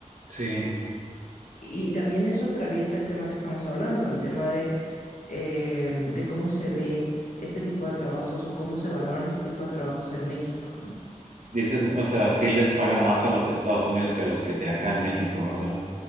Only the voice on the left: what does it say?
Y también eso atraviesa el tema que estamos hablando, el tema de, eh, de cómo se ve este tipo de trabajos o cómo se valoran este tipo de trabajos en México, ¿no?